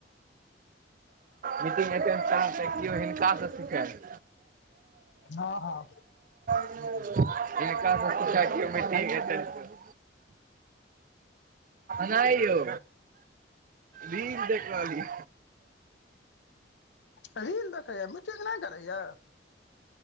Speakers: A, on the right; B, on the left.
A: मीटिंग अटेंड करब त केओ हिनकासँ सिखय।
B: हँ -हँ।
A: हिनकासँ पूछै कियो मीटिंग अटेंड करब। नय यौ। रील देख रहल ये।
B: रील देखैया मिटिंग नय करैया।